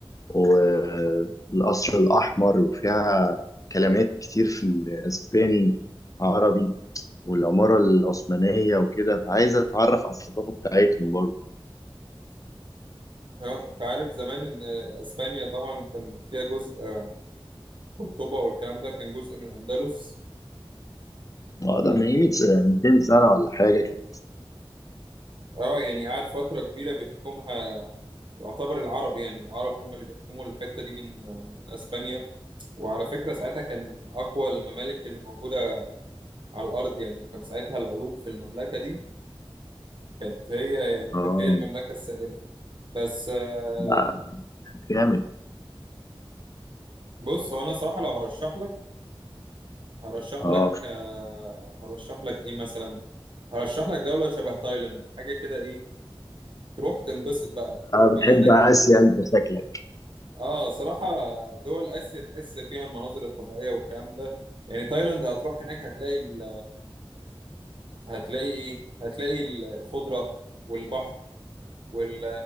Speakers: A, on the left (about 35°); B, on the right (about 60°).
A: والقصر الأحمر وفيها كلمات كتير في الأسباني عربي والعمارة العثمانية وكده فعايز أتعرف على الثقافة بتاعتهم برضه
B: آه، انت عارف زمان ان اسبانيا طبعا كان فيها جزء آه، قرطبة والكلام ده كان جزء من الاندلس
A: آه،
B: ف
A: ده من 100 سنة- 200 سنة ولا حاجة كده
B: اه يعني قعد فترة كبيرة بيحكمها يعتبر العرب يعني العرب هم اللي بيحكموا الحتة دي من من اسبانيا وعلى فكرة ساعتها كان من اقوى الممالك اللي موجودة على الارض يعني كان ساعتها العلوم في المملكة دي كانت هي يعني كانت
A: آه
B: هي المملكة السائدة بس آه،
A: لا جامد
B: بص هو انا صراحة لو هرشح لك هرشح
A: اه
B: لك آه، هرشح لك ايه مثلا هرشح لك دولة شبه تايلاند حاجة كده ايه تروح تنبسط بقى تروح بقى
A: بتحب
B: هناك
A: آسيا
B: ت...
A: أنت شكلك
B: اه صراحة دول آسيا تحس فيها المناظر الطبيعية والكلام ده يعني تايلاند هتروح هناك هتلاقي ال... هتلاقي ايه هتلاقي ال- الخضرة والبحر وال...